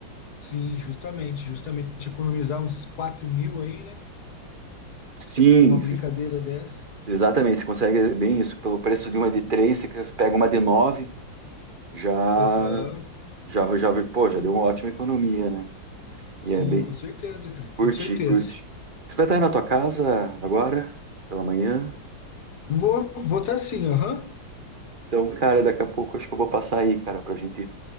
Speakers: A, on the left; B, on the right.
A: sim, justamente, justamente economizar uns quatro mil aí, né?
B: Sim,
A: Numa brincadeira
B: se-
A: dessa.
B: exatamente. Você consegue bem isso. Pelo preço de uma de três, você pega uma de nove, já,
A: Aham.
B: já, já, pô, já deu uma ótima economia, né?
A: Sim,
B: E é bem.
A: com certeza, cara, com
B: Curti,
A: certeza.
B: curti. Você vai estar aí na tua casa agora, pela manhã?
A: Vou, vou tá sim, aham.
B: Então, cara, daqui a pouco acho que eu vou passar aí, cara, pra gente